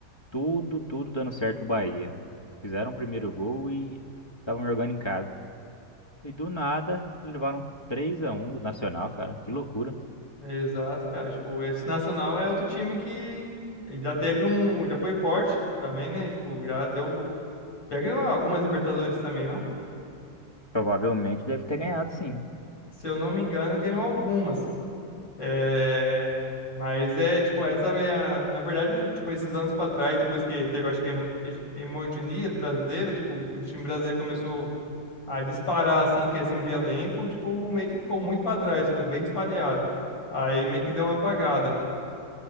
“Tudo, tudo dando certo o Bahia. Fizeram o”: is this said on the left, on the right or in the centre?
Left